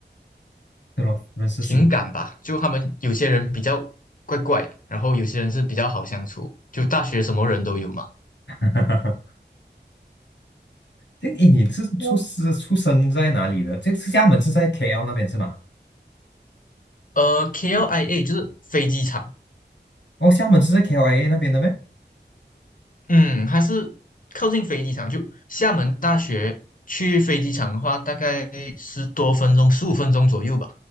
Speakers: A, on the left; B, on the left.
A: 对咯，认识新。
B: 情感吧。就他们有些人比较怪怪，然后有些人是比较好相处。就大学什么人都有嘛。
A: <laughs> 哈哈哈。这诶，你是出我是出生在哪里的？这是厦门是在 KL 那边是吗？
B: 呃，KLIA 就是飞机场，
A: 哦，厦门是在 KLIA 那边的咩？
B: 嗯，还是靠近飞机场。就厦门大学去飞机场的话，大概十多分钟、十五分钟左右吧。